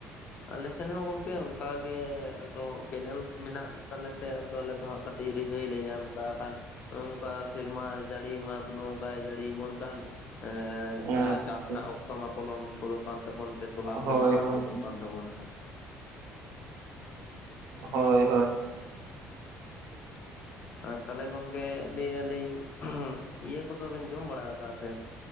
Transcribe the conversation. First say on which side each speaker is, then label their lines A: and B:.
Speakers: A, on the left (about 35°); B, on the right (about 65°).
A: ᱟᱞᱮᱥᱮᱱ ᱦᱚᱸ ᱜᱚᱝᱠᱮ ᱚᱱᱠᱟᱜᱮ ᱟᱫᱚ ᱠᱮᱱᱮᱞ ᱢᱮᱱᱟᱜ ᱛᱟᱞᱮᱛᱮ ᱟᱫᱚ ᱟᱞᱮ ᱫᱚ ᱦᱟᱸᱜ ᱠᱟᱹᱴᱤᱡ ᱨᱤᱦᱟᱹᱭ ᱞᱮ ᱧᱟᱢ ᱟᱠᱟᱜᱼᱟ ᱠᱟᱱ ᱱᱚᱝᱠᱟ ᱥᱮᱨᱢᱟ ᱡᱟᱹᱲᱤ ᱢᱟᱛᱚ ᱱᱚᱝᱠᱟᱭ ᱡᱟᱹᱲᱤᱵᱚᱱ ᱠᱟᱱ ᱮᱸ
B: ᱟᱪᱪᱷᱟ
A: ᱡᱟᱦᱟᱸ ᱪᱟᱥ ᱨᱮᱱᱟᱜ ᱚᱠᱛᱚ ᱢᱟ ᱯᱚᱞᱚᱢ ᱜᱚᱫᱚᱜ ᱠᱟᱱ ᱛᱟᱵᱚᱱ ᱥᱮ ᱛᱚᱞᱟ ᱠᱚ
B: ᱦᱳᱭ
A: ᱦᱟᱲᱟᱢ
B: ᱦᱳᱭ
A: ᱜᱚᱫᱚᱜ ᱛᱟᱵᱚᱱ ᱦᱟᱸᱜ
B: ᱦᱳᱭ ᱦᱳᱭ
A: ᱟᱨ ᱛᱟᱦᱚᱞᱮ ᱜᱚᱝᱠᱮ ᱞᱟᱹᱭ ᱮᱜ-ᱟ ᱞᱤᱧ ᱤᱭᱟᱹ ᱠᱚᱫᱚ ᱵᱮᱱ ᱡᱚᱢ ᱵᱟᱲᱟ ᱟᱠᱟᱜᱼᱟ ᱥᱮ